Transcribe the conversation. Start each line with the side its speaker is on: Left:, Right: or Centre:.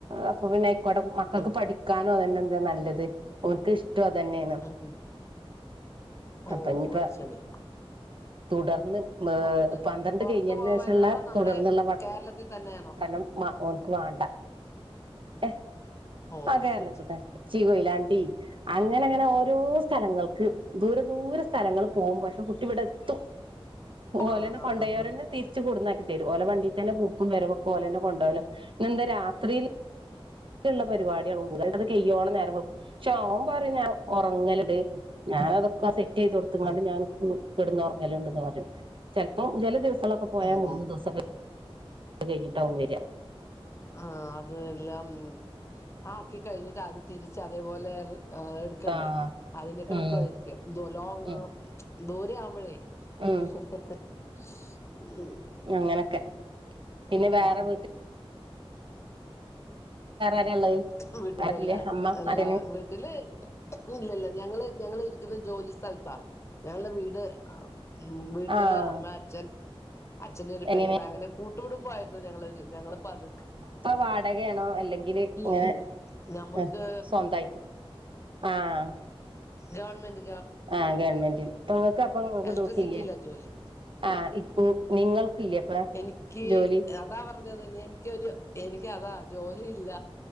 Right: അപ്പൊ പിന്നയ്ക്കോട്ടെ കു മക്കൾക്ക്
Left: ഉം
Right: പഠി ക്കാനും അതന്നെന്താ നല്ലത് ഓൽക്കിഷ്ടും അതെന്നേണ്
Left: അതെ ഓഹ്
Right: അപ്പൊ ഇനിയിപ്പ
Left: അത് ശരി
Right: തുടർന്ന് മ്
Left: പൊറത്ത്
Right: പന്ത്രണ്ട്
Left: പൊറത്ത്
Right: കെയിഞ്ഞൈനേശം
Left: പോവാനാണോ
Right: ഇള്ളെ
Left: നമ്മുടെ
Right: തുടർന്ന്ള്ള പഠ
Left: കേരളത്തിൽ തന്നെയാണോ
Right: പഠനം മ ഓൻക്ക് വാണ്ട എഹ്
Left: ഓ
Right: ആഹ് കേരളത്ത്ത്തെ
Left: ശരി ശരി
Right: കൊചി കൊയ്ലാണ്ടി അങ്ങനെ അങ്ങനെ ഓരോ സ്ഥലങ്ങൾക്ക് ദൂരെ ദൂരെ സ്ഥലങ്ങള് പോവും പക്ഷെ കുട്ടി ഇവടെ എത്തും ഓലെന്നെ
Left: ആഹ്
Right: കൊണ്ടാെയോരെന്നെ
Left: ഹാ ഹാ ഹാ
Right: തിര്ച്ച് കൊട്ന്നാക്കി തെരും ഓലെ വണ്ടീതന്നെ പോക്കും വെരവൊക്കെ ഓലെന്നെ കൊണ്ടോവല ഇന്നെന്താ രാത്രിയിൽ ഇള്ള പരിവാടികൾക്കൊന്നും പോവൂല അത് കെയ്യോളം നേരം വെള്ക്കും പക്ഷേ ഓന് പറയ്ണ് ഞാൻ ഒറങ്ങല്ണ്ട് ഞാനതൊക്കെ സെ റ്റീതൊട്ത്ത്ങ്ങാണ്ട്
Left: ആഹ്
Right: ഞാൻ ഒന്ന് കെട്ന്നൊറങ്ങല്ണ്ട്ന്ന് പറയും ചെൽപ്പം ചെല ദിവസം ഇപ്പളൊക്കെ പോയാ
Left: ഉം
Right: മൂന്ന്
Left: ഉം
Right: ദിവസൊക്കെ കെയിഞ്ഞിട്ടാവും വെരാ
Left: ആഹ് അത് എല്ലാം ആക്കി കഴിഞ്ഞിട്ട് അത് തിരിച്ച് അതേപോലെ എർ ഹ് എട് ക്കണ്ടേ
Right: ആഹ്
Left: അതിനെക്കെ
Right: ഉം
Left: നിക്കുവായിരിക്കും ഇത് എല്ലാം
Right: ഉം
Left: ഇങ്ങ് ദൂരെ ആവുമ്പഴേ
Right: ഉം
Left: ഉം
Right: അങ്ങനെക്കെ പിന്നെ
Left: അത്
Right: വേറെ
Left: ശരി
Right: വീട്ടിൽ ആരാ ഇള്ളത്
Left: ഉം വീട്ടില്
Right: ആരുല്ല
Left: എല്ലാ
Right: അമ്മ
Left: എല്ലാ
Right: അച്ഛന്
Left: വീട്ടില് ഇല്ലല്ല ഞങ്ങള് ഞങ്ങള് ഇരിക്ക്ന്നത് ജോലി സ്ഥൽത്താ ഞങ്ങളെ വീട് ഉം വീട്ടില്
Right: ആഹ്
Left: അമ്മ അച്ഛൻ അച്ഛന്റെ ഒരു
Right: എങ്ങനെ
Left: പെങ്ങള് അങ്ങനെ കൂട്ടു കുടുംബായിരുന്നു ഞങ്ങളേത് ഞങ്ങള് ഇപ്പ അത്
Right: ഇപ്പൊ വാടകേണോ അല്ലെങ്കി ഇതില് ഇങ്ങനെ
Left: ഇല്ല ഇല്ല ഞമ്മക്ക്
Right: ആഹ് സ്വന്തായിറ്റ് ആഹ്
Left: ഗവർമെന്റ്
Right: ആഹ് ഗവൺ മെന്റില് ഇപ്പങ്ങക്ക് ഇപ്പ നിങ്ങക്ക്
Left: ഇലക്ട്രിസിറ്റിയിലാ
Right: ഡ്യൂട്ടി ഇല്ലേ
Left: ജോലി
Right: ആ ഇപ്പോ നിങ്ങൾക്കില്ലേ ഇപ്പൊ
Left: എനിക്ക്
Right: ജോലി
Left: അതാ പറഞ്ഞത് എനിക്കൊരു എനിക്ക് അതാ ജോലിയില്ല